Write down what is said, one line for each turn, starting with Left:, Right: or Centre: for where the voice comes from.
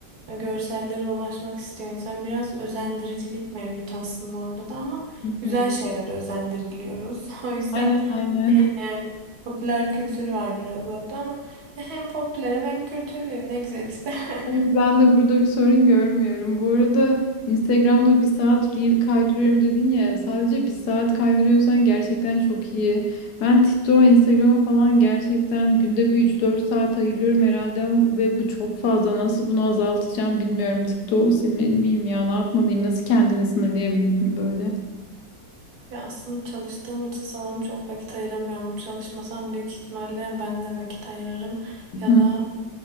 Right: e, görsellere ulaşmak istiyor insan. Biraz özendiricilik mevcut aslında orada da ama
Left: Hı
Right: güzel
Left: hı.
Right: şeylere özendiriliyoruz. <laughs> O yüzden
Left: Aynen aynen.
Right: şeyim yani. Popüler kültür var biraz orada ama ya hem popülerim hem kültürlüyüm ne güzel işte. <laughs>
Left: Ben de burada bir sorun görmüyorum. Bu arada Instagram'da bir saat reel kaydırıyorum dedin ya. Sadece bir saat kaydırıyorsan gerçekten çok iyi. Ben TikTok'a, Instagram'a falan gerçekten günde bir üç dört saat ayırıyorum herhalde ve bu çok fazla. Nasıl bunu azaltacağım bilmiyorum. TikTok'u silmeli miyim ya? Ne yapmalıyım? Nasıl kendini sınırlayabildin böyle?
Right: Ya aslında çalıştığım için sanırım çok vakit ayıramıyorum. Çalışmasam büyük ihtimalle ben de vakit ayırırım. Ya
Left: Hı.
Right: da